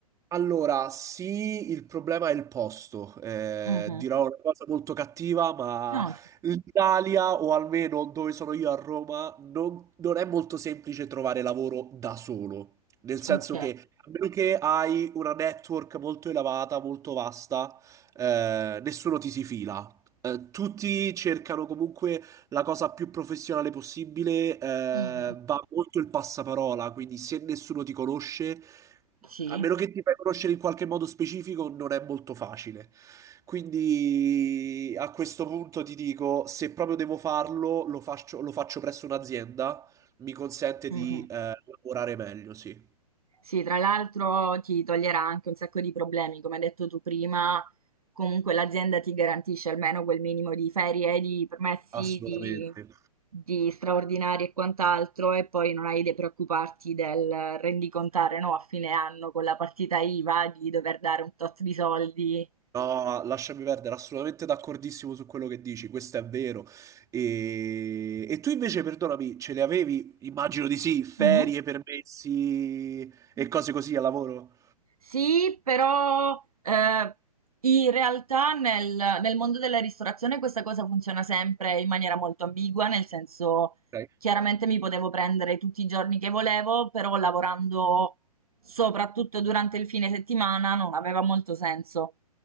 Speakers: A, on the right; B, on the right.
A: Allora, sì, il problema è il posto. Eh,
B: Mhm.
A: dirò una cosa molto cattiva, ma
B: No,
A: l'Italia, o almeno dove sono io a Roma, non, non è molto semplice trovare lavoro da solo. Nel senso
B: ok.
A: che, a meno che hai una network molto elevata, molto vasta, eh, nessuno ti si fila. Eh, tutti cercano comunque la cosa più professionale possibile, eh,
B: Mhm.
A: va molto il passaparola, quindi se nessuno ti conosce,
B: Sì.
A: a meno che ti fai conoscere in qualche modo specifico, non è molto facile. Quindi a questo punto ti dico, se proprio devo farlo, lo faccio, lo faccio presso un'azienda, mi consente
B: Mhm.
A: di eh, lavorare meglio, sì,
B: Sì, tra l'altro ti toglierà anche un sacco di problemi, come hai detto tu prima, comunque l'azienda ti garantisce almeno quel minimo di ferie, di permessi,
A: assolutamente.
B: di, di straordinari e quant'altro, e poi non hai da preoccuparti del rendicontare, no, a fine anno con la partita IVA di dover dare un tot di soldi.
A: No, lasciami perdere, assolutamente d'accordissimo su quello che dici, questo è vero. E, e tu invece, perdonami, ce le avevi? Immagino di sì, ferie,
B: Mhm.
A: permessi e cose così al lavoro?
B: Sì, però eh, in realtà nel, nel mondo della ristorazione questa cosa funziona sempre in maniera molto ambigua, nel senso
A: Ok.
B: chiaramente mi potevo prendere tutti i giorni che volevo, però lavorando soprattutto durante il fine settimana non aveva molto senso.